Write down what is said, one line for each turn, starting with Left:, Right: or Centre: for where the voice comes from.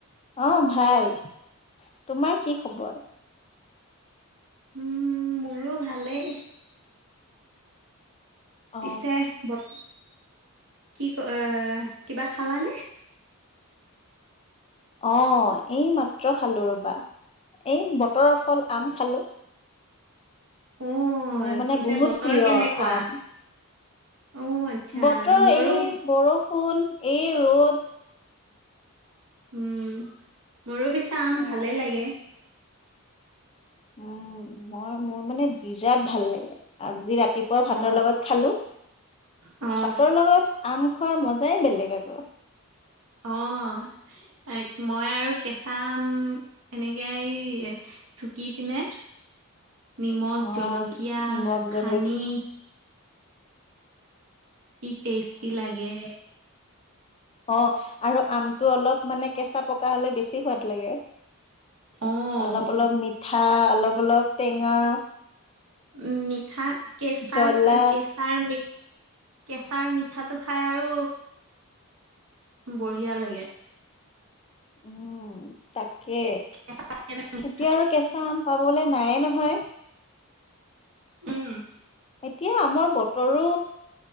Left: অ' ভাল তোমাৰ কি খবৰ?
Right: উম মোৰো ভালেই।
Left: অ'।
Right: পিছে বত কি ক এ', কিবা খালা নে?
Left: অহ', এই মাত্ৰ খালো ৰবা, এই বতৰৰ ফল আম খালোঁ।
Right: অ
Left: মোৰ মানে
Right: পিছে
Left: বহুত
Right: বতৰ
Left: প্ৰিয়
Right: কেনেকুৱা
Left: আম।
Right: অ আচ্ছা
Left: বতৰ
Right: মোৰো
Left: এই বৰষুণ এই ৰ'দ।
Right: উম, মোৰো পিছে আম
Left: অ'
Right: ভালেই লাগে।
Left: উম, মই মই মোৰ মানে বিৰাট ভাল লাগে আজি ৰাতি। পুৱা ভাতৰ
Right: অ
Left: লগত খালোঁ,
Right: অ
Left: ভাতৰ লগত আম খোৱাৰ মজাই বেলেগ আকৌ।
Right: অহ', মই আৰু কেঁচা আম এনেকে এই চুকি পিনে। নিমখ
Left: অ'
Right: জলকীয়া
Left: নিমখ জলক
Right: সানি। কি টেষ্টি লাগে।
Left: অহ', আৰু আমটো অলপ মানে কেঁচা পকা হলে বেছি সোৱাদ লাগে।
Right: অ'।
Left: অলপ অলপ মিঠা অলপ অলপ টেঙা।
Right: উম, মিঠা কেঁচা
Left: জ্বলা
Right: কেঁচাৰ মি কেঁচাৰ মিঠাটো খাই আৰু, বঢ়িয়া লাগে।
Left: উম তাকে।
Right: কেঁচা থাকে জানোঁ।
Left: এতিয়া আৰু কেঁচা আম পাবলে নাইয়ে নহয়।
Right: উম।
Left: এতিয়া আমৰ বতৰো,